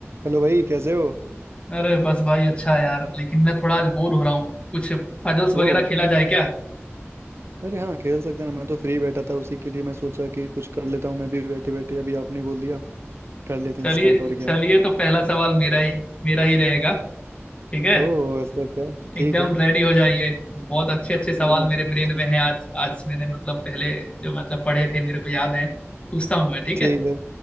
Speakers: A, on the right; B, on the left.
A: Hello भाई कैसे हो
B: अरे बस भाई अच्छा है यार लेकिन मैं थोड़ा आज बोर हो रहा हूँ कुछ पजल्स वगैरह
A: ओ
B: खेला जाए क्या
A: अरे हाँ खेल सकते हैं ना मैं तो फ्री बैठा था उसी के लिए मैं सोचा कि कुछ कर लेता हूँ मैं भी बैठे बैठे अभी आपने बोल दिया कर लेते हैं
B: चलिए
A: स्टार्ट और क्या
B: चलिए
A: है
B: तो पहला सवाल मेरा ही मेरा ही रहेगा ठीक है
A: ओ ऐसा क्या ठीक
B: एकदम
A: है
B: रेडी हो जाइए बहुत अच्छे अच्छे सवाल
A: अरे मैं
B: मेरे ब्रेन में
A: <laughs>
B: हैं आज आज मैंने मतलब पहले जो मतलब पढ़े थे मेरे को याद है पूछता हूँ मैं ठीक
A: ठीक
B: है
A: है